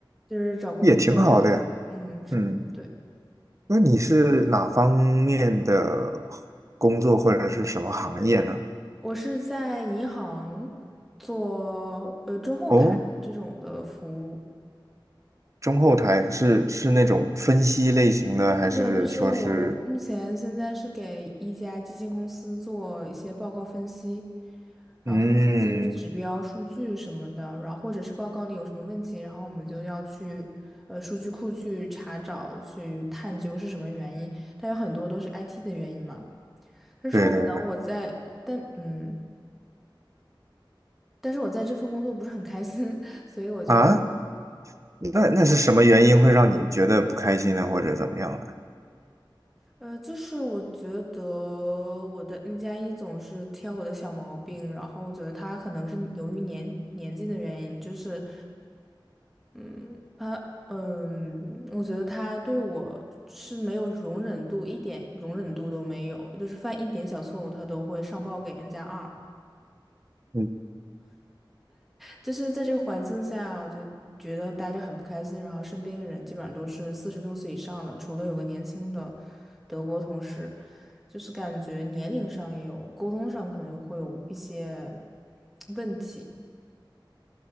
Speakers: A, in the centre; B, on the right (about 35°).
A: 就是找工作呀，
B: 也挺好的呀。
A: 嗯，什么的。
B: 嗯，
A: 对，
B: 那你是哪方面的工作或者是什么行业呢？
A: 我是在银行做呃中后台这种的服务。
B: 哦，中后台是是那种分析类型的，还是说是
A: 对对，就是我目目前现在是给一家基金公司做一些报告分析，然后分析一些指标、
B: 嗯，
A: 数据什么的，然后或者是报告里有什么问题，然后我们就要去呃数据库去查找、去探究是什么原因。但有很多都是 IT 的原因嘛。但是我可能我在，
B: 对对对
A: 但嗯，但是我在这份工作不是很开心，<laughs> 所以我就
B: 啊？那那是什么原因会让你觉得不开心呢，
A: 跳槽。
B: 或者怎么样的？
A: 呃，就是我觉得我的 N 加一总是挑我的小毛病，然后我觉得他可能是由于年年纪的原因，就是，嗯，他，嗯，我觉得他对我是没有容忍度，一点容忍度都没有，就是犯一点小错误他都会上报给 N 加二。
B: 嗯，
A: 就是在这个环境下啊我就觉得待着很不开心。然后身边的人基本上都是四十六岁以上的，除了有个年轻的德国同事，就是感觉年龄上也有，沟通上可能也会有一些问题。